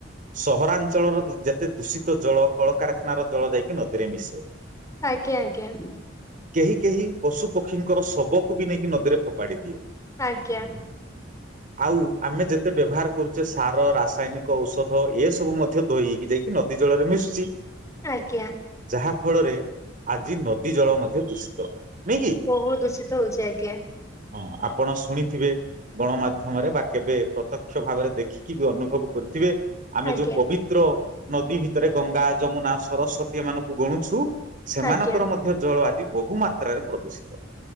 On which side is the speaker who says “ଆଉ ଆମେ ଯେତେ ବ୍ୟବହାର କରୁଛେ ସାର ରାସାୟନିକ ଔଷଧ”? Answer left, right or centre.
Right